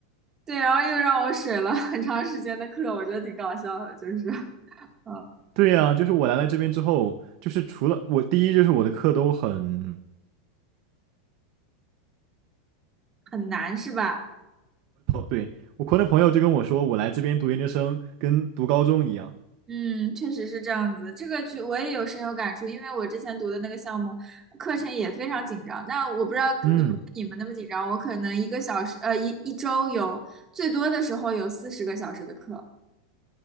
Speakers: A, on the right; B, on the right.
A: 对，然后又让我水了很长时间的课，我觉得挺搞笑的，就是嗯
B: 对呀，就是我来了这边之后，就是除了我第一就是我的课都很，
A: 很难是吧？
B: 对，我国内朋友就跟我说，我来这边读研究生跟读高中一样。
A: 嗯，确实是这样子，这个剧我也有深有感触，因为我之前读的那个项目课程也非常紧张。那我不知道有没有你们那么紧张，
B: 嗯。
A: 我可能一个小时，呃，一一周有最多的时候有四十个小时的课。